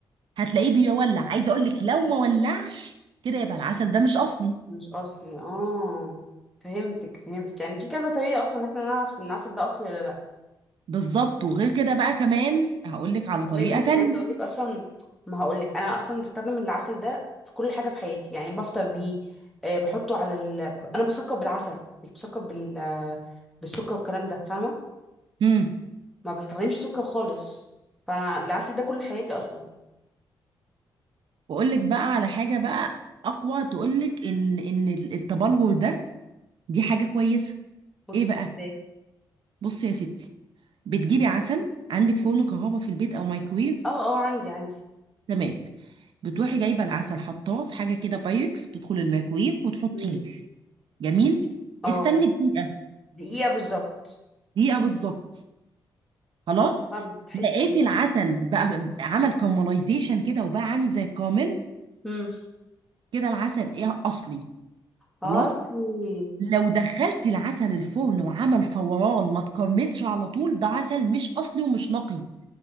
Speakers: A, on the right; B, in the centre.
A: هتلاقيه بيولع عايزه اقول لك لو ما ولعش كده يبقى العسل ده مش اصلي
B: مش اصلي اه فهمتك فهمتك يعني في كذا طريقه اصلا ان احنا نعرف ان العسل ده اصلي ولا لا
A: بالظبط وغير كده بقى كمان هقول لك على
B: والله
A: طريقه
B: يا بنتي
A: تانية
B: انا عايزه اقول لك اصلا ما هقول لك انا اصلا بستخدم العسل ده في كل حاجه في حياتي يعني بفطر بيه آه بحطه على ال... انا بسكر بالعسل مش بسكر بال آه، بالسكر والكلام ده فاهمه
A: مم.
B: ما بستخدمش سكر خالص فانا العسل ده كل حياتي اصلا
A: واقول لك بقى على حاجه بقى اقوى تقول لك ان ان التبلور ده دي حاجه كويسه
B: قولي
A: ايه بقى
B: لي ازاي
A: بصي يا ستي بتجيبي عسل عندك فرن كهرباء في البيت او مايكرويف
B: اه اه عندي عندي
A: تمام بتروحي جايبه العسل حطاه في حاجه كده بايركس بتدخل الميكرويف وتحطيه
B: مم.
A: جميل
B: اه
A: استني دقيقه
B: دقيقه بالظبط
A: دقيقه بالظبط خلاص
B: اه بتحسي
A: لقيتي
B: ايه
A: العسل بقى عمل كارملايزيشن كده وبقى عامل زي الكامل
B: مم.
A: كده العسل ايه اصلي
B: اصلي
A: خلاص لو دخلتي العسل الفرن وعمل فوران ما تكرملش على طول ده عسل مش اصلي ومش نقي